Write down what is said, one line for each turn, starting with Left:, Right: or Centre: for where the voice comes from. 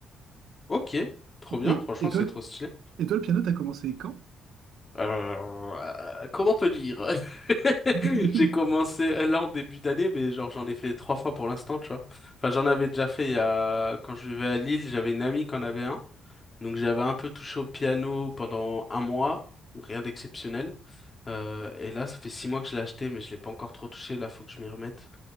Left: Ok, trop bien,
Right: Et,
Left: franchement
Right: et toi,
Left: c'est
Right: le,
Left: trop stylé.
Right: et toi, le piano, t'as commencé quand?
Left: Alors, euh, comment te dire? <laughs>
Right: <laughs>
Left: J'ai commencé euh, là en début d'année, mais genre j'en ai fait trois fois pour l'instant, tu vois. Enfin j'en avais déjà fait il y a... quand je vivais à Lille, j'avais une amie qui en avait un. Donc j'avais un peu touché au piano pendant un mois, rien d'exceptionnel. Euh, et là, ça fait six mois que je l'ai acheté, mais je l'ai pas encore trop touché. Là, faut que je m'y remette.